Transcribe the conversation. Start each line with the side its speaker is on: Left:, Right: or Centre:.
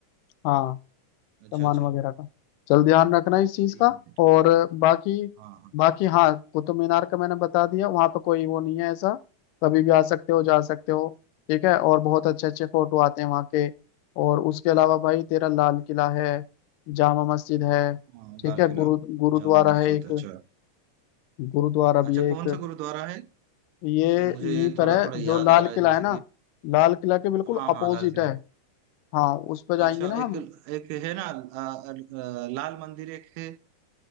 Left: हाँ
Right: अच्छा
Left: सामान
Right: अच्छा
Left: वगैरह का चल ध्यान रखना इस चीज
Right: ठीक
Left: का
Right: है ठीक
Left: और बाकी
Right: हाँ हाँ
Left: बाकी हाँ कुतुब मीनार का मैंने बता दिया वहां पर कोई वो नहीं है ऐसा कभी भी आ सकते हो जा सकते हो ठीक है और बहुत अच्छे अच्छे फोटो आते हैं वहाँ के और उसके अलावा भाई तेरा लाल किला है जामा मस्जिद है
Right: हाँ हाँ,
Left: ठीक
Right: लाल
Left: है
Right: किला
Left: गुरु गुरुद्वारा
Right: जामा मस्जिद
Left: है एक
Right: अच्छा
Left: गुरुद्वारा भी
Right: अच्छा
Left: है
Right: कौन
Left: एक
Right: सा गुरुद्वारा है
Left: ये
Right: मतलब मुझे
Left: यहीं पर
Right: थोड़ा
Left: है
Right: थोड़ा याद
Left: जो लाल
Right: आ रहा है
Left: किला
Right: जैसे
Left: है ना
Right: कि
Left: लाल किला के बिल्कुल
Right: हाँ
Left: अपोजिट
Right: हाँ लाल किला
Left: है हाँ उस पर जाएंगे
Right: अच्छा
Left: ना
Right: एक
Left: हम
Right: एक है ना आ, आ, लाल मंदिर एक है